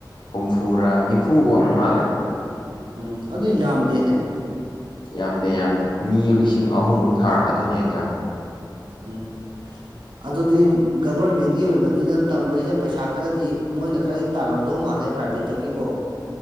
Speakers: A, on the left (about 75°); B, on the right (about 75°).
A: ꯍꯨꯝꯐꯨꯔꯥ ꯅꯤꯐꯨ ꯑꯣꯏ ꯃꯥꯜꯂꯦ
B: ꯎꯝ ꯑꯗꯨ ꯌꯥꯝꯗꯦꯅꯦ
A: ꯌꯥꯝꯗꯦ ꯌꯥꯝꯗꯦ ꯃꯤ ꯂꯤꯁꯤꯡ ꯑꯍꯨꯝꯃꯨꯛ ꯊꯥꯔꯛꯀꯗꯣꯏꯅꯦ ꯑꯦꯛꯖꯥꯝ
B: ꯎꯝ ꯑꯗꯨꯗꯤ ꯒꯕꯔꯃꯦꯟꯒꯤ ꯑꯣꯏꯕꯅꯤꯅ ꯇꯝꯕꯩꯅ ꯄꯩꯁꯥ ꯈꯔꯗꯤ ꯃꯣꯏꯅ ꯈꯔ ꯇꯥꯔꯝꯗꯧ ꯃꯥꯜꯂꯦ ꯄ꯭ꯔꯥꯏꯕꯦꯠꯇꯒꯤꯀꯣ